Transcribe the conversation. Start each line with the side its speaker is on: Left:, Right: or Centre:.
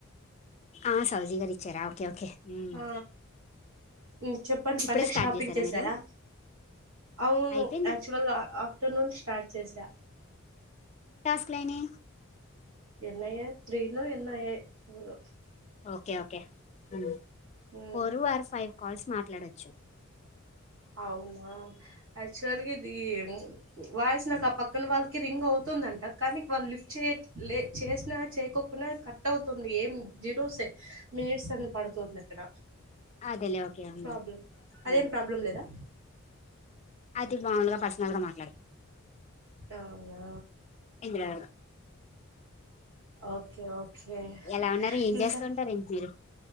Left: ఆ సౌజీ గారు ఇచ్చారా ఓకే ఓకే ఉమ్,
Right: ఆ ఇంగ చెప్పండి
Left: ఇప్పుడే
Right: పండగ
Left: స్టార్ట్
Right: షాపింగ్
Left: చేశారా
Right: చేసారా
Left: మీరు
Right: అవును
Left: అయిపోయింది
Right: యాక్చువల్గా ఆ ఆఫ్టర్నూన్ స్టార్ట్ చేసా
Left: ట్లేని
Right: ఎన్నయ్య త్రీనో ఎన్నయే ఫరు
Left: okay okay hmm
Right: um
Left: four or five calls మా ట్లాడచ్చు
Right: అవునా ఆక్చువల్ ఇది వాయిస్ నాకప్పక్ కాని వాళ్ళకి రింగ్ అవుతుందంట కానీ వాళ్ళు లిఫ్ట్ చేట్లే చేసినా చేయకోకున్నా కట్ అవుతుంది, ఏం జీరోసే మినిట్స్ అని పడుతుంది అక్కడ.
Left: అదేలే ఓకే హ్మ్
Right: ప్రాబ్లం అదేం
Left: మ్మ్
Right: ప్రాబ్లం లేదా
Left: అతి మాములుగా పర్సనల్ గా మాట్లాడుదాం
Right: అవునా
Left: ఇంద్రా
Right: ఓకే ఓకే
Left: ఎలా ఉన్నారు ఏం
Right: ఇంకా
Left: చేస్తుంటారు ఏంటి మీరు